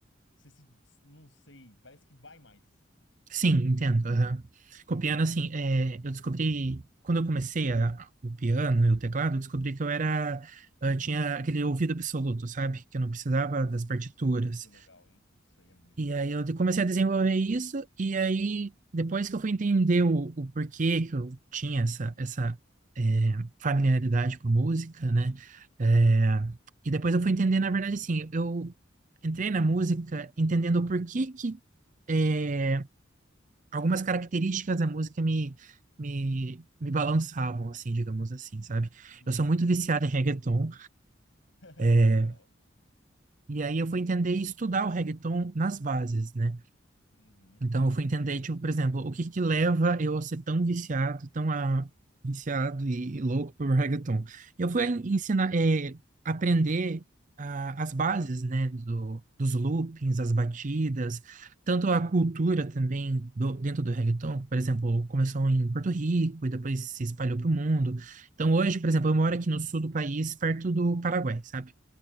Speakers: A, on the left; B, on the right.
A: você se. Não sei, parece que vai mais.
B: Sim, entendo. aham. Com o piano, assim, é, eu descobri, quando eu comecei a- o piano e o teclado, eu descobri que eu era, eu tinha aquele ouvido absoluto, sabe? Que eu não precisava
A: Putz,
B: das partituras.
A: isso é muito legal, hein? Isso aí é muito
B: E
A: legal.
B: aí eu de- comecei a desenvolver isso, e aí depois que eu fui entender o, o porquê que eu tinha essa, essa é, familiaridade com a música, né? É, e depois eu fui entender, na verdade, assim, eu entrei na música entendendo o porquê que eh, algumas características da música me, me, me balançavam, assim, digamos assim, sabe?
A: Uhum,
B: Eu sou muito
A: uhum.
B: viciado em reggaeton,
A: <laughs>
B: eh,
A: Então, legal.
B: e aí eu fui entender e estudar o reggaeton nas bases, né?
A: Uhum.
B: Então eu fui entender, tipo, por exemplo, o que que leva eu a ser tão viciado, tão ah, viciado e louco por reggaeton. Eu fui en- ensinar, eh, aprender ah, as bases, né, do, dos loopings, as batidas, tanto a cultura também do, dentro do reggaeton, por exemplo, começou em Porto Rico e depois se espalhou para o mundo. Então hoje, por exemplo, eu moro aqui no sul do país, perto do Paraguai, sabe?